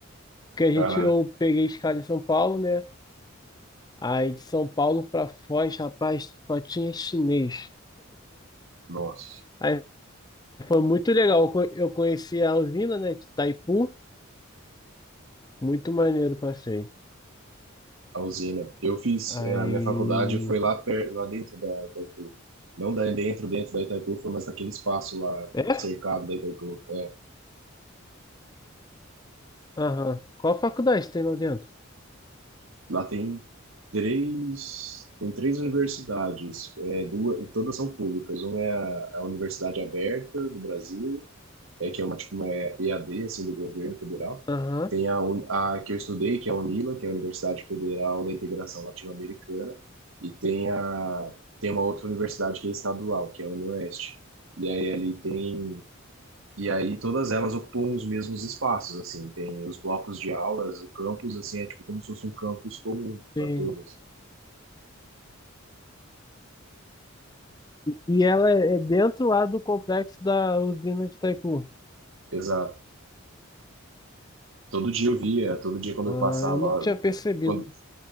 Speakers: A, on the left; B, on the right.
A: Porque a
B: caraca,
A: gente, eu peguei escala em São Paulo, né? Aí de São Paulo para Foz, rapaz, só tinha chinês.
B: nossa,
A: Aí foi muito legal. Eu co- eu conheci a usina, né, de Itaipu. Muito maneiro, passei.
B: a usina. Eu fiz,
A: Aí.
B: é, a minha faculdade foi lá, per, lá dentro da Itaipu. Não da, dentro, dentro da Itaipu, foi mas naquele espaço lá,
A: É?
B: cercado da Itaipu. É,
A: Aham. Qual faculdade tem lá dentro?
B: lá tem três, tem três universidades, é, duas, e todas são públicas. Uma é a, a Universidade Aberta do Brasil, é, que é uma, tipo, uma EAD, assim, do governo federal.
A: Aham,
B: Tem a, Un- a que eu estudei, que é a UNILA, que é a Universidade Federal da Integração Latino-Americana, e tem a, tem uma outra universidade que é estadual, que é a UniOeste. E aí ali tem, e aí todas elas ocupam os mesmos espaços, assim, tem os blocos de aulas, o campus, assim, é tipo como se fosse um campus comum
A: sim.
B: para todas.
A: E ela é é dentro lá do complexo da usina de Itaipu.
B: Exato. Todo dia eu via, todo dia quando
A: Ah,
B: eu passava,
A: eu não tinha percebido.
B: quando,